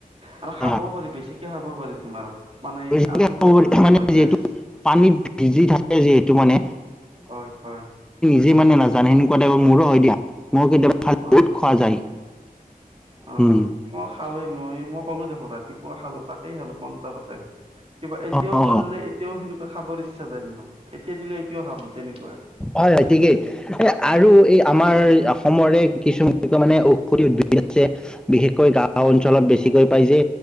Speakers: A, on the right (about 40°); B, in the centre.
A: আৰু খাবও
B: হয়।
A: পাৰি বেছিকে খাব পাৰি তোমাৰ। মানে
B: বেছিকে
A: একো প্ৰব্লেম
B: খাব পাৰি
A: নকৰে
B: মানে
A: গেছ
B: যিহেতু পানীত ভিজি থাকে যিহেতু মানে
A: হয় হয়।
B: যি মানে নাজানে সেনেকুৱা টাইপৰ মোৰো হয় দিয়া। মোক কেতিয়াবা ভাত
A: হয়
B: বহুত
A: হয়
B: খোৱা যায়।
A: অ
B: হম।
A: মই খাওঁৱেই মই মোৰ কলো দেখোন ৰাতিপুৱা খালো, তাকেই খালো পন্টা ভাতে। কিবা এতিয়াওঁ
B: অ অ
A: পাল্লে এতিয়াওঁ সেনেকুৱা খাবৰ ইচ্ছা যায় তোমাৰ। এতিয়া দিলে এতিয়াওঁ খাম। তেনেকুৱা
B: হয়, হয় ঠিকেই আৰু এই আমাৰ অসমৰে কিছু এনেকুৱা মানে ঔষধি উদ্ভিদ আছে, বিশেষকৈ গাওঁ অঞ্চলত বেছিকৈ পাই যে